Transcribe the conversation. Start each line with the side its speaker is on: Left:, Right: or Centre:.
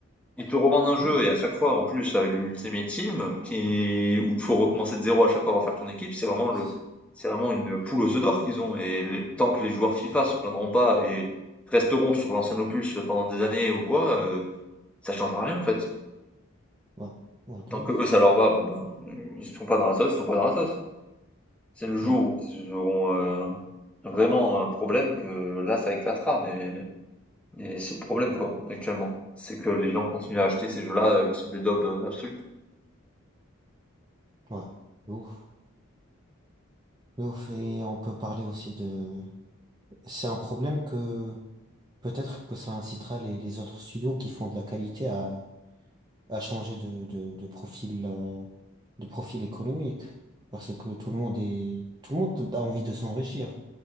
Centre: Ils te revendent un jeu
Right: Ouais,
Centre: et à chaque fois, en plus, avec l'Ultimate Team, qui, où il faut recommencer de zéro à chaque fois, refaire ton équipe, c'est vraiment
Right: c'est
Centre: le,
Right: ça.
Centre: c'est vraiment une poule aux œufs d'or qu'ils ont. Et les- tant que les joueurs FIFA
Right: Ouais,
Centre: se plaindront pas et resteront sur l'ancien opus pendant des années ou quoi, euh, ça changera rien en fait.
Right: ouais, ouais, de
Centre: Tant
Right: ouf.
Centre: que eux ça leur va, bon ben ils sont pas dans la sauce, ils sont pas dans la sauce. C'est le jour
Right: Ouais,
Centre: où ils auront euh, vraiment un problème que là ça éclatera, mais, mais c'est le problème quoi actuellement. C'est que les gens continuent à acheter ces jeux-là euh, qui sont des daubes euh, absolues.
Right: ouais, de ouf. De ouf, et on peut parler aussi de... C'est un problème que peut-être que ça incitera les, les autres studios qui font de la qualité à, à changer de, de, de profil, euh, de profil économique. Parce que tout le monde est, tout le monde a envie de s'enrichir.